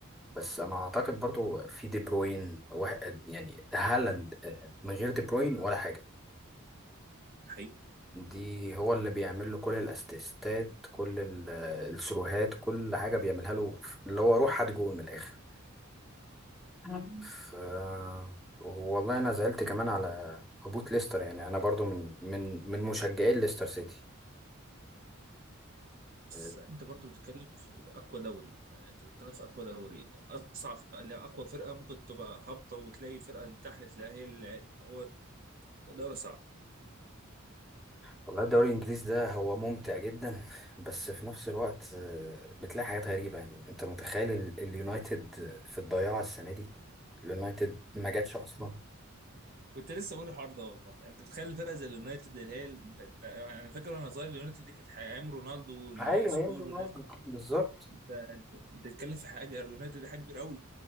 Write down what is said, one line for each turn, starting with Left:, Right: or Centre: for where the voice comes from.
Centre: بس انا اعتقد برضو في دي بروين واحد يعني هالاند آه، آه، من غير دي بروين ولا حاجة
Right: حقيقة
Centre: دي هو اللي بيعمل له كل الاسيستات كل ال- السروهات كل حاجه بيعملها له اللي هو روح هات جول من الاخر مم. ف والله انا زعلت كمان على هبوط ليستر يعني انا برضو من من من مشجعي ليستر سيتي
Right: بس
Centre: أه،
Right: انت برضو بتتكلم في اقوى دوري يعني انت بتتكلم في اقوى دوري اصعب لا اقوى فرقه ممكن تبقى هابطه وتلاقي فرقه من تحت تلاقي هي اللي هو دوري صعب
Centre: والله الدوري الانجليزي ده هو ممتع جدا بس في نفس الوقت أه، بتلاقي حاجات غريبه يعني انت متخيل ال- اليونايتد في الضياع السنه دي اليونايتد ما جاتش اصلا
Right: كنت لسه بقول الحوار ده والله يعني انت بتخيل فرقه زي اليونايتد اللي هي انت انت انا فاكر وانا صغير اليونايتد دي كانت ايام رونالدو والسكول
Centre: ايوه ايام رونالدو
Right: والناس دي
Centre: بالظبط
Right: انت انت بتتكلم في حاجه اليونايتد دي حاجه كبيره قوي